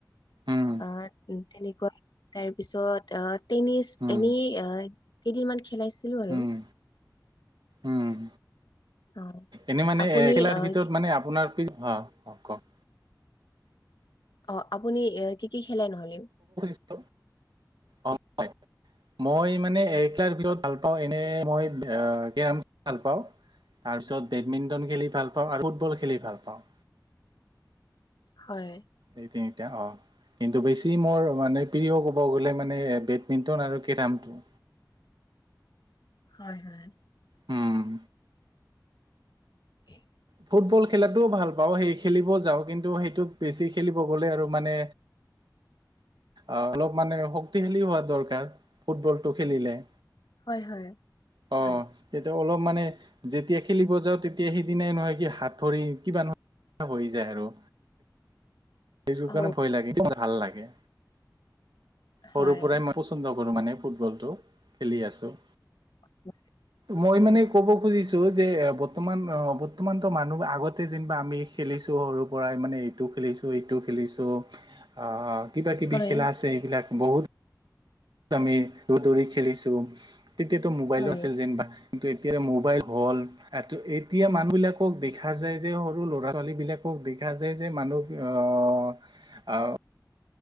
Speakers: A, on the right; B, on the left.
A: উম।
B: আ তেনেকুৱা তাৰপিছত আহ টেনিছ
A: উম
B: এনেই কেইদিনমান খেলাইছিলো আৰু।
A: উম উম।
B: অ
A: এনে মানে
B: আপুনি
A: খেলাৰ
B: আহ
A: ভিতৰত মানে আপোনাৰ, অঁ কওক।
B: অ আপুনি এ কি কি খেলে নহলে?
A: ত' অ হয় মই মানে এ কাৰ ভিতৰত ভাল পাওঁ এনে মই গেমছ ভাল পাওঁ। তাৰপিছত বেডমিণ্টন খেলি ভাল পাওঁ, আৰু ফুটবল খেলি ভাল পাওঁ।
B: হয়।
A: এই তিনিটা অঁ। কিন্তু বেছি মোৰ মানে প্ৰিয় ক'ব গ'লে মানে বেডমিণ্টন আৰু কেৰামটো।
B: হয় হয়।
A: উম।
B: <inaudible>
A: ফুটবল খেলাটোও ভাল পাওঁ সেই খেলিব যাওঁ কিন্তু সেইটোক বেছি খেলিব গ'লে আৰু মানে অ অলপ মানে শক্তিশালী হোৱা দৰকাৰ ফুটবলটো খেলিলে।
B: হয় হয়,
A: অ
B: হয়।
A: তেতিয়া অলপ মানে যেতিয়া খেলিব যাওঁ তেতিয়া সিদিনাই নহয় কি হাত ভৰি কিবা নহয় হৈ যায় আৰু। এইবোৰ
B: অ
A: কাৰণে ভয় লাগে কিন্তু ভাল লাগে।
B: হয়
A: সৰুৰ পৰাই মই পচন্দ কৰোঁ মানে ফুটবলটো, খেলি আছোঁ।
B: <inaudible>
A: মই মানে ক'ব খুজিছো যে বৰ্তমান অ', বৰ্তমানতো মানুহ আগতে যেনিবা আমি খেলিছো সৰুৰ পৰাই মানে এইটো খেলিছো, সেইটো খেলিছোঁ অ', কিবা-কিবি
B: হয়
A: খেলা আছে এইবিলাক বহুত আমি দদোৰি খেলিছো, তেতিয়াতো মোবাইলো
B: হয়
A: আছিল যেনিবা। কিন্তু এতিয়া মোবাইল হ'ল। আৰু এতিয়া মানুহ বিলাকক দেখা যায় যে সৰু ল'ৰা-ছোৱালী বিলাকক দেখা যায় যে মানুহ অ', আও